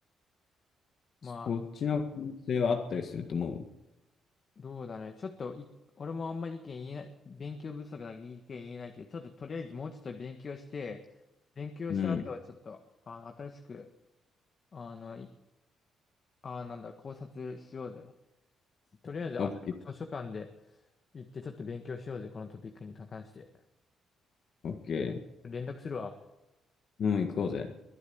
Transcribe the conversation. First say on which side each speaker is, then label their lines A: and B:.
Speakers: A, on the left; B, on the left.
A: まあ、
B: そっちの可能性はあったりすると思う。
A: どうだね。ちょっとい、俺もあんまり意見言えない、勉強不足だから意見言えないけど、ちょっととりあえずもうちょっと勉強して、勉強した後はちょっと、
B: うん。
A: あの、新しく、あの、ああ、なんだ、考察しようぜ。とりあえず、
B: オッケー、
A: あと図書館で行ってちょっと勉強しようぜ、このトピックに関して。
B: オッケー。
A: 連絡するわ。
B: うん、行こうぜ。